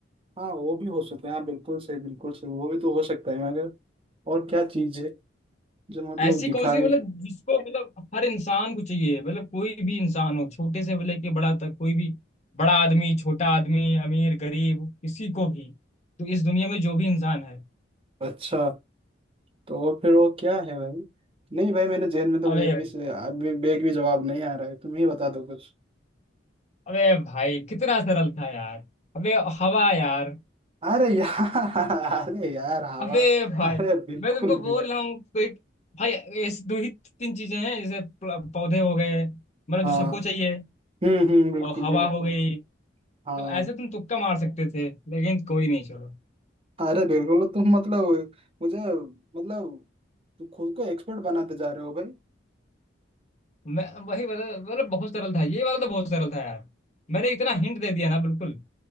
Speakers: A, on the right; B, on the left.
A: हाँ वो भी हो सकता है हाँ बिल्कुल सही बिल्कुल सही वो भी तो हो सकता है मगर और क्या चीज है जो मतलब
B: ऐसी
A: दिखाए
B: कौन सी मतलब जिसको मतलब हर इंसान को चाहिए मतलब कोई भी इंसान हो छोटे से लेके के बड़ा तक कोई भी बड़ा आदमी छोटा आदमी अमीर गरीब किसी को भी तो इस दुनिया में जो भी इंसान है
A: अच्छा तो और फिर वो क्या है भाई नहीं भाई मेरे जहन में तो
B: अबे
A: एक भी से अभी एक भी जवाब नहीं आ रहा है तुम ही बता दो कुछ
B: अबे भाई कितना सरल था यार अबे हवा यार
A: अरे यार <laughs> अरे यार हवा
B: अबे भाई
A: अरे बिल्कुल
B: मैं तुमको
A: बिल्कुल
B: बोल रहा हूँ कोई भाई ऐसी दो ही तीन चीजें हैं जैसे प- पौधे हो गए मतलब
A: हाँ
B: जो सबको चाहिए
A: हम्म हम्म बिल्कुल
B: और हवा
A: बिल्कुल
B: हो गई
A: हाँ
B: तो ऐसे तुम तुक्का मार सकते थे लेकिन कोई नहीं छोड़ो
A: अरे बिल्कुल तो तुम मतलब मुझे मतलब तुम खुद को एक्सपर्ट बनाते जा रहे हो भाई
B: मैं वही वाला मतलब बहुत सरल था ये वाला तो बहुत सरल था यार मैंने इतना हिंट दे दिया ना बिल्कुल